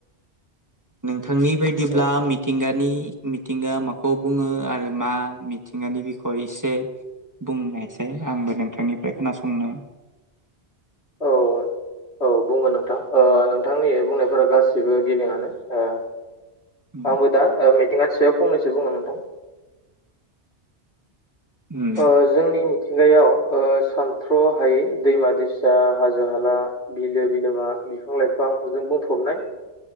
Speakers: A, on the right; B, on the left.
A: नोंथांनि बायदिब्ला
B: औ
A: मिथिंगानि मिथिंगा माखौ बुङो आरो मा मिथिं गानि बिखय एसे बुंनायसै आंबो नोंथांनिफ्राय खोनासंनो
B: औ। औ बुंगोन नोंथां ओ नोंथांनि बुंनायफोरा गासिबो गेबेङानो ओ
A: उम
B: आंबो दा ओ मिथिंगानि सायाव फंनैसो बुंङनो नोंथां।
A: उम
B: ओ जोंनि मिथिंगायाव ओ सानथ्र' हायै दैमा-दैसा, हाजो-हाला बिलो-बिलोमा, बिफां-लाइफांजो बुंफबनाय